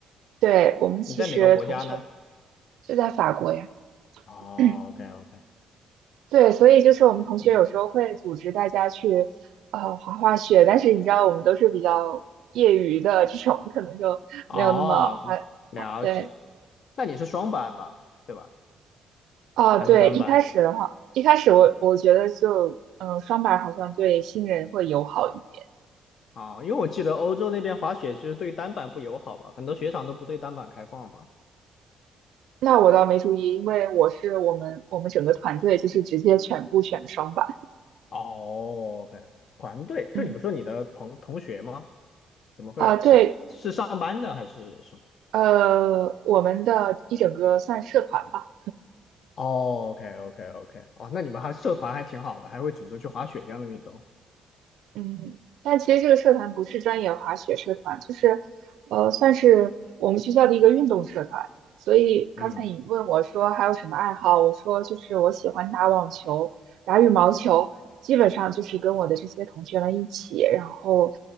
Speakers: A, on the right; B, on the left.
A: 对我们其实同学
B: 你在哪个国家呢？
A: 就在法国呀，
B: 哦，OK
A: <clears throat>
B: OK，
A: 对，所以就是我们同学有时候会组织大家去呃滑滑雪，
B: 嗯
A: 但是你知道我们都是比较业余的这种，可能就没有那么滑，
B: 哦，了解。
A: 滑对。
B: 那你是双板吧？对吧？
A: 哦，
B: 还是单板？
A: 对，一开始的话，一开始我我觉得就，嗯，双板好像对新人会友好一点。
B: 啊、因为我记得欧洲那边滑雪其实对单板不友好吧，很多雪场都不对单板开放吧。
A: 那我倒没注意，因为我是我们我们整个团队就是直接全部选的双板。
B: 哦，OK，团队，就你不是说你的朋同学吗？
A: 嗯，
B: 怎么会是是上班的还是什么？
A: 啊，对，呃，我们的一整个算社团吧。
B: 哦，OK OK OK，哦，那你们还社团还挺好的，还会组织去滑雪这样的运动。
A: 嗯，但其实这个社团不是专业滑雪社团，就是，呃，算是我们学校的一个运动社团。所以刚才你问我说还有什么爱好，
B: 嗯，
A: 我说就是我喜欢打网球、打羽毛球，基本上就是跟我的这些同学们一起。然后，